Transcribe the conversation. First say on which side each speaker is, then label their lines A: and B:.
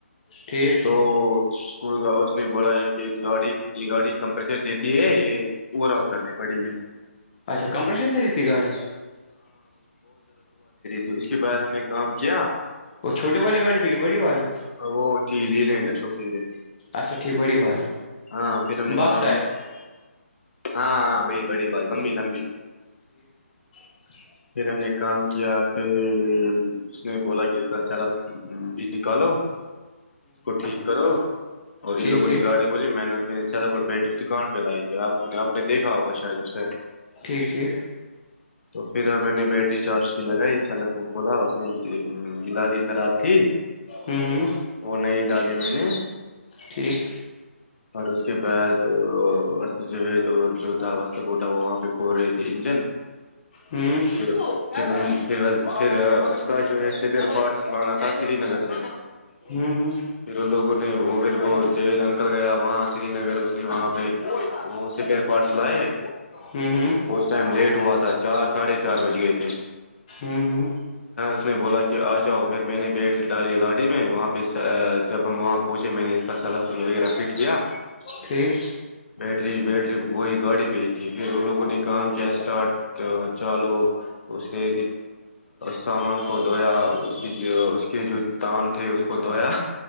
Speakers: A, on the left; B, on the left.
A: ٹھیک
B: تو اسکول کا اس نے بولا کہ گاڑی یہ گاڑی کمپریشر دیتی ہے یہ اوور آل کرنی پڑیں گے
A: اچا کمپریشر د دییتیھی گاڑی
B: اس کے اس بعد ہم نے کام کیا
A: وہ چھوٹی والی گاڑی تھی کہ بڑی والی
B: وہ ل لیںا شکری د
A: اچھا ٹھیک بڑی والی
B: ہاں پھر ہم نے
A: بس
B: کام
A: ٹائپ
B: ہاں وہی بڑی بات لمبی لمبی
A: ج
B: پھر ہم نے کام کیا پھر اس نے بولا کہ اس کا سارا بج نکالو اس کو ٹھیک کرو اور
A: ٹھیک
B: ان لوگوں
A: ٹھیک
B: نے گاڈی بولی محنت سور بیٹ دکان پہ لائی تھی آپ آپ نے دیکھا ہوگا شاید اس سے
A: ٹھیک ٹھیک
B: تو پھر ہم میں نے بیٹری چارج بھی لگائی سیف کھولا اس میں گلڑ خراب تھی
A: ہوں ہوں
B: وہ نہیں ڈالی میں نے
A: ٹھیک
B: اور اس کے بعد و جیید اور جو تھا وس بوٹا وہ وہاں پہ کھو رہے تھے انجن
A: ہوں
B: پھر پھر پھر پھر اس کا جو ہے سپر پارٹ لانا تھا سری نگر سے پھر
A: ہوں ہوں
B: ان لوگوں نے وہ پھر وہ جیید انکل گیا وہاں سری نگر اس نے وہاں پہ وہ سپیئر پارٹس لائے
A: ہوں ہوں
B: ٹائم لیٹ ہوا تھا ا چار ساڑھے چار بجی گئے اے
A: ہوں ہوں
B: اس نے بولا کہ آ جاؤ پھر میں نے بیٹ ڈالی گاڑی میں وہاں پہ جب ہم وہاں پہچے میں نے اس کا س صلاف وغیرہ پ ج ہ <unintelligible>
A: ٹھیک
B: ری بیٹری وہی گاڑی پہ ہی تھی پھر ان لوگوں نے کام کیا اسٹارٹ چالو اس نے سامان کو دھویا اس کی اس کے جو تان تھے اس کو دھویا